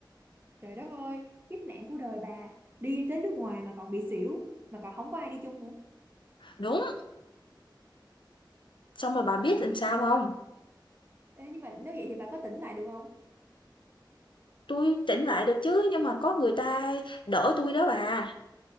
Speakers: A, on the right; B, on the left.
A: Trời đất ơi kiếp nạn của đời bà Đi đến nước ngoài mà còn bị xỉu Mà còn không có ai đi chung nữa
B: Đúng, xong rồi bà biết
A: nói
B: làm sao
A: vậy.
B: không
A: Ê, Nhưng mà nếu vậy thì bà có tỉnh lại được không
B: tôi tỉnh lại được chứ, nhưng mà có người ta đỡ tôi đó bà.